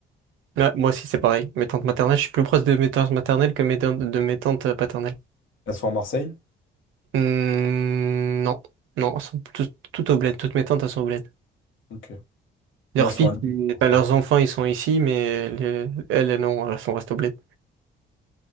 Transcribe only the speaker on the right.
Ouais, moi aussi, c'est pareil. Mes tantes maternelles, je suis plus proche de mes tantes maternelles que mes tantes- de mes tantes euh, paternelles.
Hmm, non, non, elles sont toutes, toutes au bled. Toutes mes tantes, elles sont au bled.
Leurs
filles,
c'est-
enfin,
leurs enfants, ils sont ici, mais les- elles, elles, non, elles sont restées au bled.